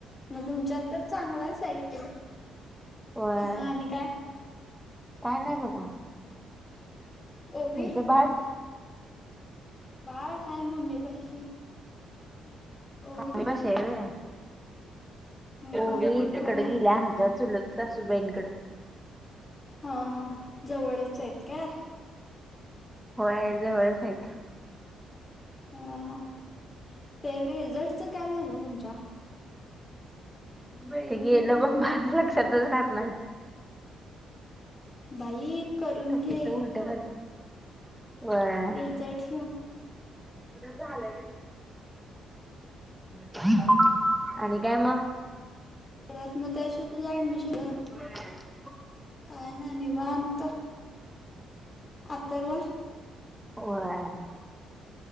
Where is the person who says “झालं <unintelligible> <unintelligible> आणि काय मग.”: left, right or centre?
Centre